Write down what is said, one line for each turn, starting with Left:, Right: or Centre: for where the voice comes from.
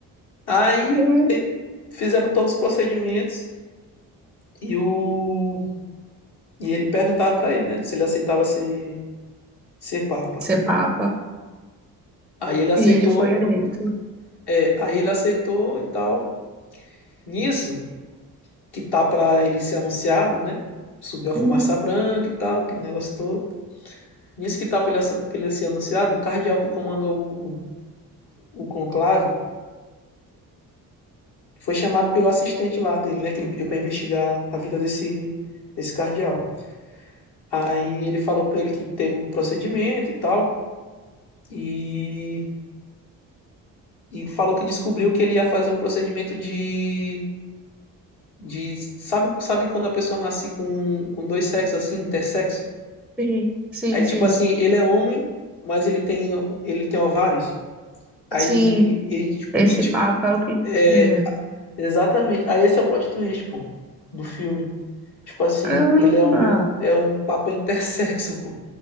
Left: Aí
Centre: Uhum.
Left: eh, fizeram todos os procedimentos e o e ele perguntava para ele, né, se ele aceitava ser ser papa.
Centre: Ser papa.
Left: Aí ele aceitou,
Centre: E ele foi eleito.
Left: é, aí ele aceitou e tal. Nisso, que tá para ele ser anunciado, né? Subiu a fumaça
Centre: Uhum.
Left: branca e tal, aquele negócio todo. Nisso que tá para ele, ele ser anunciado, o cardeal que comanda o, o conclave foi chamado pelo assistente lá dele, né? Que ele pediu para investigar a vida desse, desse cardeal. Aí ele falou para ele que teve o um procedimento e tal, e, e falou que descobriu que ele ia fazer um procedimento de de sabe sabe quando a pessoa nasce com, com dois sexos assim intersexo
Centre: Sim, sim,
Left: aí tipo
Centre: sim.
Left: assim ele é homem mas ele tem ele tem ovários aí
Centre: Sim,
Left: ele, tipo,
Centre: esse
Left: e tipo
Centre: papo é o que
Left: é
Centre: tinha.
Left: exatamente aí esse é o plot twist pô do filme tipo assim
Centre: Caramba!
Left: ele é um é um papa intersexo pô